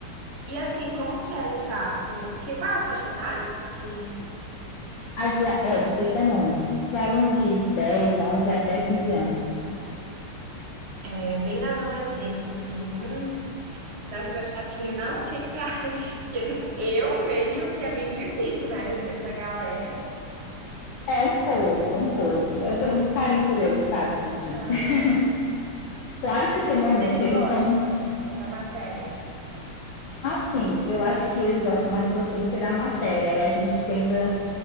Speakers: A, on the right (about 40°); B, on the left (about 70°).
A: E assim, como que é lidar com... Que, qual é a faixa etária? Que
B: A dia, é, do sexto ao nono. Que é alunos de 10, 11 até 15 anos.
A: é bem na adolescência, assim. Hum, será que não é chatinho, não? O que que você acha? <laughs> Porque, tipo, eu vejo que é bem difícil, né? Essa galera.
B: É um pouco, é um pouco. Eu tenho muito carinho por eles, sabe, bichinho?
A: Ah,
B: <laughs> Claro
A: mas,
B: que tem momentos
A: mas eles
B: que eles
A: gostam
B: são
A: da matéria.
B: Assim, eu acho que eles gostam mais do professor do que da matéria. Aí a gente tenta